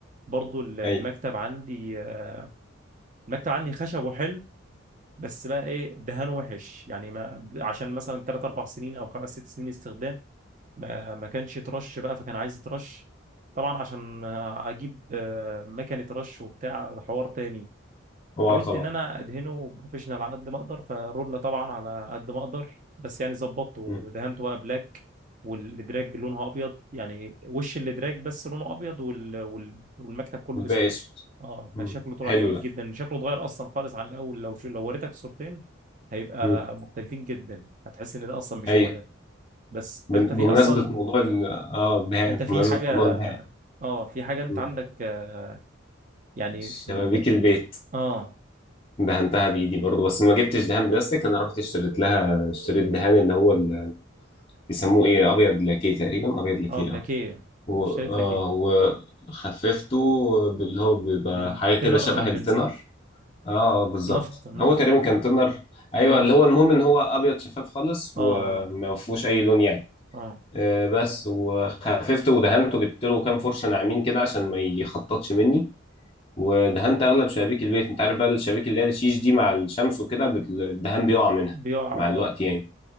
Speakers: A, on the right; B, on the left.
A: برضو ال- المكتب
B: ايوه
A: عندي آه، المكتب عندي خشب وحلو بس بقى ايه دهان وحش يعني ما عشان مثلا 3 4 سنين او 5 6 سنين استخدام ما ما كانش ترش بقى فكان عايز ترش طبعا عشان اجيب آه، مكنه رش وبتاع حوار تاني
B: حمار
A: حاولت
B: طبعا
A: ان انا ادهنه بروفيشنال على قد ما اقدر فرولة طبعا على قد ما اقدر بس يعني ظبطته ودهنته
B: مم.
A: بقى بلاك والادراج لونها ابيض يعني وش الادراج بس لونه ابيض وال... وال... والمكتب كله
B: والباقي
A: اسود
B: اسود
A: اه
B: مم.
A: فشكله طلع
B: حلو
A: جميل
B: ده
A: جدا شكله اتغير اصلا خالص عن الاول لو شو لو وريتك الصورتين هيبقى
B: مم.
A: مختلفين جدا هتحس ان ده اصلا مش
B: ايوه
A: هو ده بس
B: بن-
A: فانت في
B: بمناسبة
A: اصلا
B: موضوع ال اه الدهان
A: انت في
B: بمناسبة
A: حاجه
B: موضوع الدهان
A: اه في حاجه انت
B: مم.
A: عندك آه يعني
B: شبابيك
A: في ال
B: البيت
A: اه
B: دهنتها بايدي برضه بس ما جبتش دهان بلاستيك انا رحت اشتريت لها اشتريت دهان اللي هو ال- بيسموه ايه ابيض لاكيه تقريبا ابيض لاكيه
A: اه اللاكيه
B: اه و-
A: اشتريت
B: آه،
A: لاكيه
B: وخففته باللي هو بيبقى
A: بن-
B: حاجه
A: بالتنر
B: كده شبه
A: او البنزين
B: التنر اه آه، بالظبط
A: النفط النفط
B: هو تقريبا كان تونر ايوه
A: بالنفط
B: اللي هو المهم ان هو ابيض شفاف خالص
A: اه
B: وما
A: اه
B: فيهوش اي لون يعني
A: اه
B: آه، بس وخففته ودهنته جبت له كام فرشه ناعمين كده عشان ما يخططش مني ودهنت اغلب شبابيك البيت انت عارف بقى الشبابيك اللي هي الشيش دي مع الشمس وكده بت- الدهان بيقع منها
A: بيقع اه
B: مع الوقت يعني